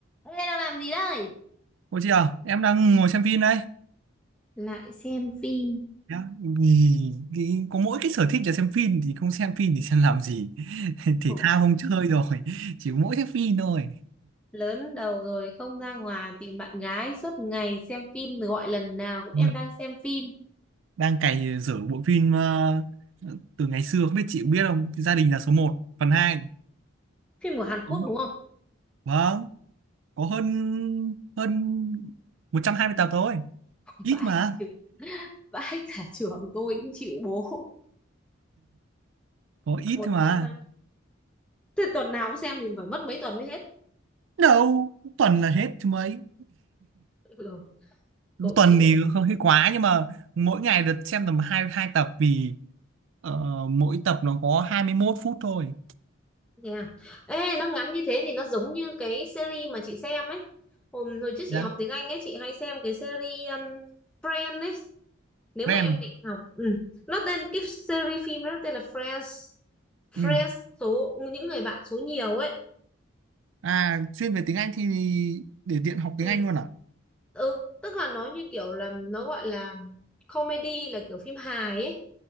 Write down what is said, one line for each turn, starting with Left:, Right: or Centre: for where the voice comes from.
Centre: Ê, đang làm gì đây?
Right: Ủa chị à, em đang ngồi xem phim đây.
Centre: lại xem phim
Right: Nhá, Vì cái, có mỗi cái sở thích là xem phim thì không xem phim thì xem làm gì. <laughs> Thể
Centre: Khổ,
Right: thao không chơi rồi, chỉ có mỗi xem phim thôi.
Centre: Lớn đầu rồi không ra ngoài tìm bạn gái suốt ngày xem phim rồi gọi lần nào cũng em
Right: Ôi,
Centre: đang xem phim.
Right: Đang cày dở bộ phim ờ, từ ngày xưa không biết chị có biết không? Gia đình là số một, phần hai
Centre: Phim của Hàn
Right: Có.
Centre: Quốc đúng không?
Right: Vâng, có hơn hơn 120 tập thôi.
Centre: <laughs>
Right: Ít
Centre: Vãi
Right: mà,
Centre: cả trường, vãi cả trường tôi cũng chịu bố.
Right: có ít
Centre: <laughs> 120.
Right: thôi mà.
Centre: Thế tuần nào cũng xem thì phải mất mấy tuần mới hết.
Right: Đâu, tuần là hết chứ mấy.
Centre: Ừ, tôi cũng
Right: Tuần
Centre: chịu.
Right: thì hơi quá nhưng mà mỗi ngày được xem tầm hai hai tập vì Ờ, mỗi tập nó có 21 phút thôi.
Centre: Nè. Ê, nó ngắn như thế thì nó giống như cái series mà chị xem ấy. Hôm hồi trước
Right: Dạ.
Centre: chị học tiếng Anh ấy, chị hay xem cái series um, Friends ấy, nếu mà
Right: Ren.
Centre: em định học ừ. nó tên cái series phim nó tên là Friends Friends
Right: Ừ.
Centre: số những người bạn số nhiều ấy
Right: À, chuyên về tiếng Anh thì để tiện học
Centre: ừ.
Right: tiếng Anh luôn à?
Centre: ừ tức là nó như kiểu là nó gọi là comedy là kiểu phim hài ấy